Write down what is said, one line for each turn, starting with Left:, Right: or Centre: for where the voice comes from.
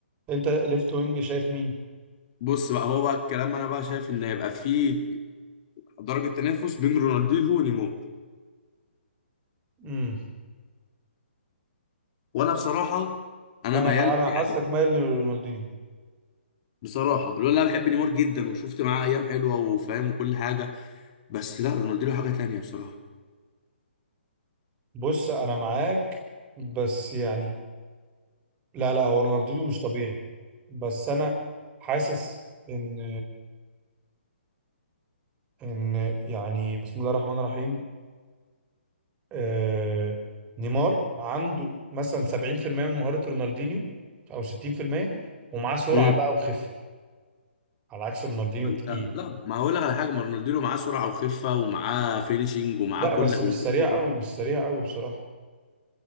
Right: انت ليفت وينج شايف مين
Left: بص بقى هو بقى الكلام انا بقى شايف ان هيبقى فيه درجه تنافس بين رونالدينيو ونيمار
Right: امم
Left: وانا بصراحه انا
Right: انا
Left: ميال
Right: انا
Left: يعني
Right: حاسسك مايل لرونالدينيو
Left: بصراحة الولد اللي انا بحب نيمار جدا وشفت معاه ايام حلوة وفاهم وكل حاجة بس لا رونالدينيو حاجة تانية بصراحة
Right: بص انا معاك بس يعني لا لا هو رونالدينيو مش طبيعي بس انا حاسس ان ان يعني بسم الله الرحمن الرحيم آه نيمار عنده مثلا 70% من مهارة رونالدينيو او 60% ومعاه سرعة
Left: امم
Right: بقى وخفة على عكس رونالدينيو
Left: انت
Right: تقيل
Left: لا ما اقول لك على حاجة ما رونالدينيو معاه سرعة وخفة ومعاه فينيشنج ومعاه
Right: لا
Left: كل
Right: بس
Left: ومراوغة
Right: مش سريع قوي
Left: <laughs>
Right: مش سريع قوي بصراحة